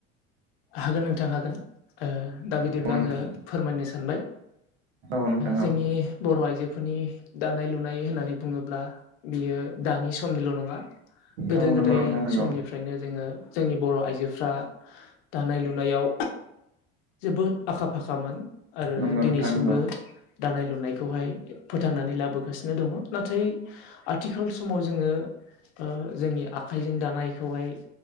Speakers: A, on the left; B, on the right.
A: हागोन नोंथां हागोन दा बिदिब्ला
B: औ नोंथां
A: आङो फोरमायनो सानबाय
B: औ नोंथां औ
A: जोंनि बर' आइजोफोरनि दानाय लुनाय होननानै बुङोब्ला बियो दानि समनिल' नङा। गोदो
B: औ नंगौ
A: गोदाय
B: नोंथां नंगौ
A: समनिफ्रायनो जोङो जोंनि बर' आइजो फ्रा दानाय लुनायाव जोबोद आखा फाखामोन आरो
B: नंगौ
A: दिनैसिमबो
B: नोंथां नंगौ
A: दानाय लुनायखौहाय फोथांनानै लाबोगासिनो दङ नाथाय आथिखाल समाव जोङो ओ जोंनि आखाइजों दानाय बेखौहाय